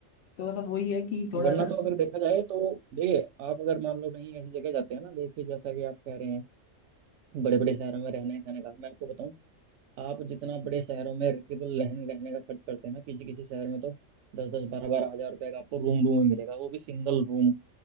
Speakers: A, on the left; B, on the right.
A: तो मतलब वही है कि थोड़ा
B: वरना
A: सा
B: तो अगर देखा जाए तो देखिए आप अगर मान लो कहीं ऐसी जगह जाते हैं ना देखिए जैसा कि आप कह रहे हैं बड़े बड़े शहरों में रहने सहने का मैं आपको बताऊं आप जितना बड़े शहरों में केवल रहने रहने का खर्च करते हैं ना किसी किसी शहर में तो दस दस बारह बारह हजार रुपए का आपको रूम रूम में मिलेगा वो भी सिंगल रूम